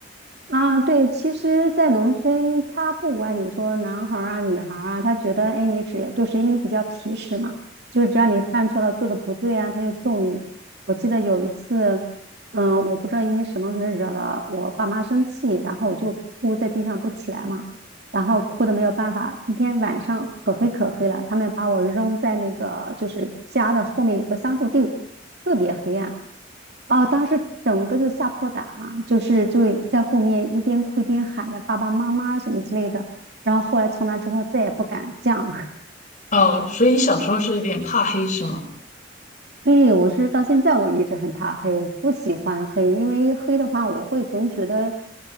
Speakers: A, on the right; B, on the left.
A: 啊，对，其实，在农村，他不管你说男孩儿啊、女孩儿啊，他觉得，哎，你只就是因为你比较皮实嘛，就是只要你犯错了、做的不对啊，他就揍你。我记得有一次，嗯，我不知道因为什么，惹了我爸妈生气，然后我就哭在地上不起来嘛。然后哭的没有办法。那天晚上可黑可黑了，他们把我扔在那个就是家的后面有个桑树地，特别黑暗。哦，当时整个就吓破胆了，就是就在后面一边哭一边喊着爸爸妈妈什么之类的。然后后来从那之后再也不敢这样了。<laughs>
B: 哦，所以你小时候是有点怕黑是吗？
A: 所以我是到现在我一直很怕黑，我不喜欢黑，因为黑的话我会总觉得